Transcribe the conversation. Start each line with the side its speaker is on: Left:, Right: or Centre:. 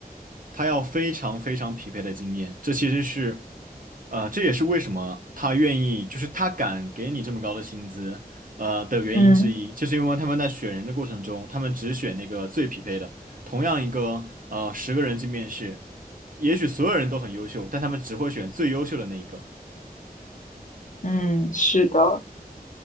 Right: 他要非常非常匹配的经验，这其实是，呃，这也是为什么他愿意，就是他敢给你这么高的薪资，呃的原因之一，
Left: 嗯
Right: 就是因为他们在选人的过程中，他们只选那个最匹配的。同样一个呃十个人去面试，也许所有人都很优秀，但他们只会选最优秀的那一个。
Left: 嗯，是的。